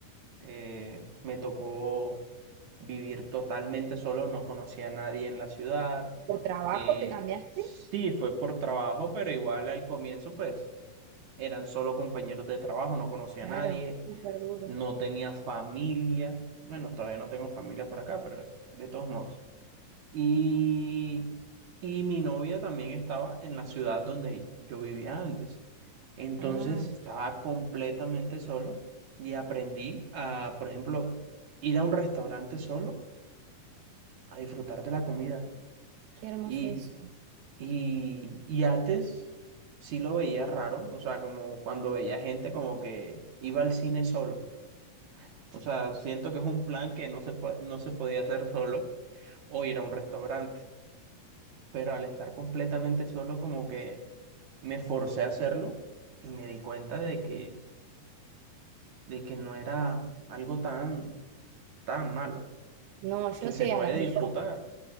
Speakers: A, on the right; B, on the right.
A: Eh, me tocó vivir totalmente solo, no conocía a nadie en la ciudad.
B: ¿Por trabajo
A: Eh,
B: te cambiaste?
A: sí, fue por trabajo, pero igual al comienzo, pues eran solo compañeros de trabajo, no conocía
B: Claro,
A: a nadie,
B: súper duro.
A: no tenía familia. Bueno, todavía no tengo familia por acá, pero de todos modos. Y, y mi novia también estaba en la ciudad donde yo vivía antes. Entonces
B: Ah,
A: estaba completamente solo y aprendí a, por ejemplo, ir a un restaurante solo a disfrutar de la comida.
B: qué hermoso
A: Y,
B: eso.
A: y, y antes sí lo veía raro, o sea, como cuando veía gente como que iba al cine solo. O sea, siento que es un plan que no se, po- no se podía hacer solo o ir a un restaurante. pero al estar completamente solo como que me forcé a hacerlo y me di cuenta de que, de que no era algo tan, tan malo,
B: No, yo
A: que se
B: te
A: puede
B: admiro
A: disfrutar.